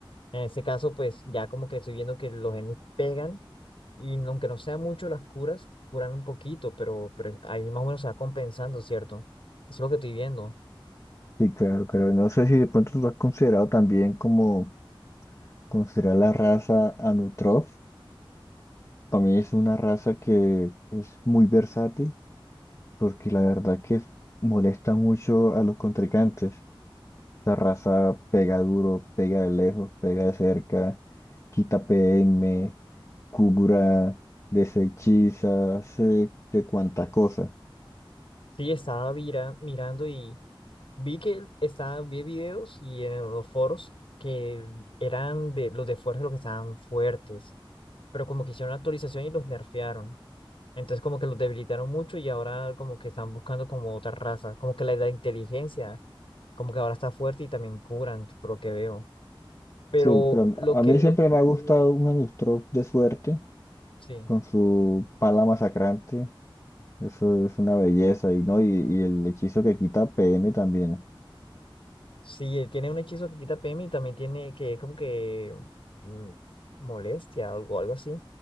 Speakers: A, on the left; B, on the left.
A: En ese caso, pues ya como que estoy viendo que los genes pegan y no- aunque no sean mucho las curas, curan un poquito, pero, pero ahí más o menos se va compensando, ¿cierto? Eso es lo que estoy viendo.
B: Sí, claro, pero no sé si de pronto tú lo has considerado también como Considerar la raza Anutrof, para mí es una raza que es muy versátil, porque la verdad que molesta mucho a los contrincantes. Esa raza pega duro, pega de lejos, pega de cerca, quita PM, cura, desechiza, hace de cuanta cosa.
A: Sí, estaba vira- mirando y... Vi que estaban, vi videos y en los foros que eran de los de fuerza los que estaban fuertes, pero como que hicieron la actualización y los nerfearon. Entonces como que los debilitaron mucho y ahora como que están buscando como otra raza, como que la, la inteligencia, como que ahora está fuerte y también curan, por lo que veo. Pero
B: Sí, pero
A: lo
B: a
A: que,
B: mí siempre
A: lo,
B: me ha gustado un Anutrof de suerte,
A: sí,
B: con su pala masacrante. Eso es una belleza, y no, y, y el hechizo que quita PM también.
A: sí, eh, tiene un hechizo que quita PM y también tiene que es como que mm, molestia o algo, algo así.